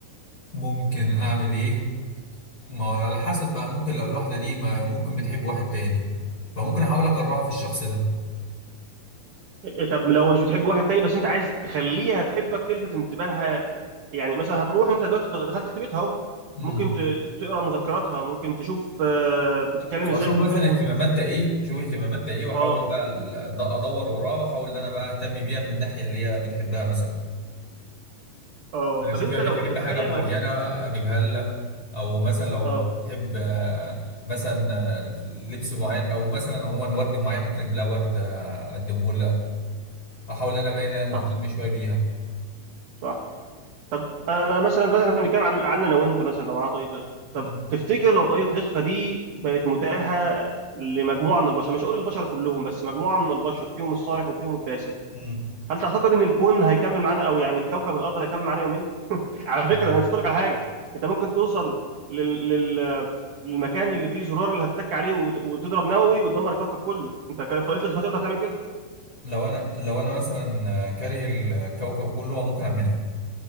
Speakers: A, on the left; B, on the right.
A: ممكن اعمل ايه ما هو على حسب بقى ممكن لو الواحدة دي ما ممكن بتحب واحد تاني فممكن احاول اكرهها في الشخص ده
B: إيه، طب لو مش بتحب واحد تاني بس انت عايز تخليها تحبك تلفت انتباهها يعني مثلا هتروح انت دلوقتي دخلت بيتها اهو
A: مم.
B: ممكن ت- ت- تقرا مذكراتها ممكن تشوف آه، بتتكلم
A: اشوف
B: ازاي في
A: مثلا
B: البيت وت...
A: اهتماماتها ايه اشوف اهتماماتها ايه واحاول
B: اه
A: بقى ال- ادور وراها واحاول ان انا بقى اهتم بيها من الناحيه اللي هي بتحبها مثلا
B: اه
A: يعني
B: طب
A: اشوف
B: انت
A: هي بتحب
B: لو تتخيل
A: حاجه معينه
B: لو
A: اجيبها لها او مثلا لو
B: اه
A: تحب آه، مثلا آه، لبس معين او مثلا عموما ورد معين ممكن اجيب لها ورد آه، اقدمه لها احاول ان انا باين ان انا مهتم
B: صح
A: شويه بيها
B: صح طب انا مثلا دلوقتي احنا بنتكلم عن عن انا وانت مثلا لو معانا طاقية لخفة طب
A: مم.
B: تفتكر لو طاقية الإخفاء دي بقت متاحة لمجموعة من البشر مش هقول البشر كلهم بس مجموعة من البشر فيهم الصالح وفيهم الفاسد
A: مم.
B: هل تعتقد ان الكون هيكمل معانا او يعني الكوكب الارض هيكمل معانا يومين على
A: يعني
B: فكره انا نسيت لك على حاجه انت ممكن توصل لل... لل... للمكان اللي فيه زرار اللي هتتك عليه وت... وتضرب نووي وتدمر الكوكب كله انت كطريقه لخفه هتقدر تعمل كده
A: لو انا لو انا مثلا آه، كاره الكوكب كله ممكن اعملها